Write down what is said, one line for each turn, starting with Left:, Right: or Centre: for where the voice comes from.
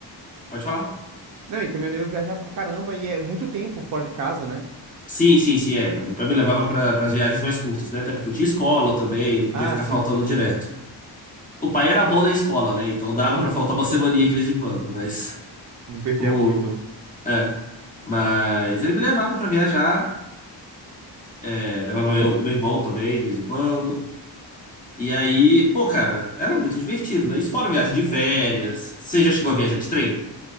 Left: Pode falar?
Right: Não, e caminhoneiro viaja pra caramba e é muito tempo fora de casa, né?
Left: Sim, sim, sim, é. Não, meu pai me levava para as viagens mais curtas, né? Até porque eu tinha escola também, não podia
Right: Ah,
Left: ficar
Right: sim,
Left: faltando
Right: sim, sim.
Left: direto. O pai era bom na escola, né? Então dava
Right: <laughs>
Left: para faltar uma semaninha de vez em quando, mas...
Right: Não perdia
Left: O,
Right: muito.
Left: É, mas ele me levava pra viajar, é, levava eu, o meu irmão também, de vez em quando. E aí, pô, cara, era muito divertido, né? Isso fora viagem de férias. Você já chegou a viajar de trem?